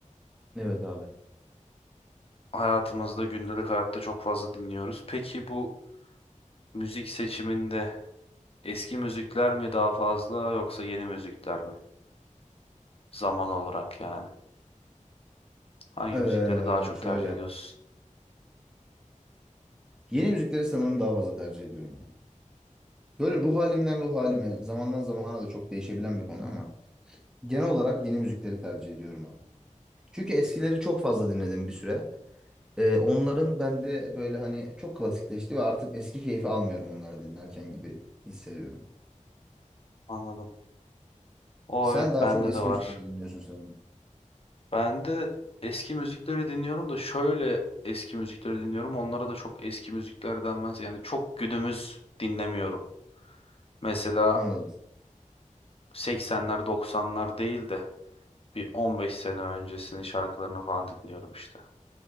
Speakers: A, in the centre; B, on the left.
A: Evet abi.
B: Hayatımızda gündelik hayatta çok fazla dinliyoruz. Peki bu müzik seçiminde Eski müzikler mi daha fazla yoksa yeni müzikler mi? Zaman olarak yani. Hangi
A: Eee,
B: müzikleri daha çok
A: şöyle.
B: tercih ediyorsun?
A: Yeni müzikleri sanırım daha fazla tercih ediyorum ya. Böyle ruh halimden ruh halime zamandan zamana da çok değişebilen bir konu ama genel olarak yeni müzikleri tercih ediyorum abi. Çünkü eskileri çok fazla dinledim bir süre. Ee, onların bende böyle hani çok klasikleşti ve artık eski keyfi almıyorum onları dinlerken gibi hissediyorum.
B: Anladım. O
A: Sen
B: evet
A: daha
B: bende
A: çok eski
B: de var.
A: müzikleri dinliyorsun sanırım.
B: Ben de eski müzikleri dinliyorum da şöyle eski müzikleri dinliyorum. Onlara da çok eski müzikler denmez. Yani çok günümüz dinlemiyorum. Mesela
A: Anladım.
B: 80'ler 90'lar değil de bir 15 sene öncesinin şarkılarını falan dinliyorum işte.